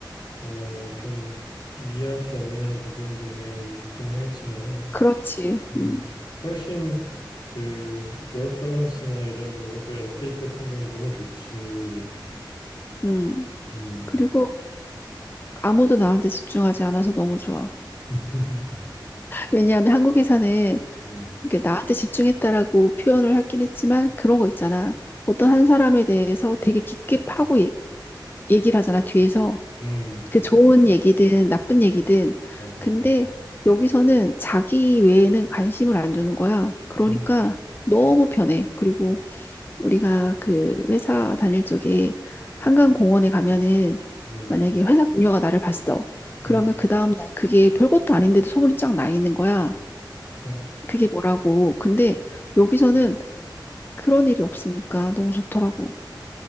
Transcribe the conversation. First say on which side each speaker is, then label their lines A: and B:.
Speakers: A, on the left; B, on the left.
A: 어 좀 이해할 수 없는 부분도 당연히 있긴 하겠지만은
B: 그렇지.
A: 음,
B: 음,
A: 훨씬 그 워크 밸런스나 이런 워크 에틱 같은 경우는 너무 좋지, 외국이.
B: 음.
A: 음.
B: 그리고 아무도 나한테 집중하지 않아서 너무 좋아.
A: <laughs>
B: 왜냐하면 한국에서는
A: 음,
B: 이게 나한테 집중했다라고 표현을 하긴 했지만 그런 거 있잖아. 어떤 한 사람에 대해서 되게 깊게 파고 얘- 얘기를 하잖아, 뒤에서.
A: 음,
B: 그 좋은 얘기든 나쁜 얘기든.
A: 맞아,
B: 근데
A: 맞아.
B: 여기서는 자기 외에는 관심을 안 두는 거야. 그러니까
A: 음,
B: 너무 편해. 그리고 우리가 그 회사 다닐 쪽에 한강공원에 가면은
A: 음,
B: 만약에 회사 동료가 나를 봤어. 그러면
A: 음.
B: 그 다음날 그게 별것도 아닌데도 소문이 쫙 나 있는 거야.
A: <laughs> 어,
B: 그게 뭐라고. 근데 여기서는 그런 일이 없으니까 너무 좋더라고.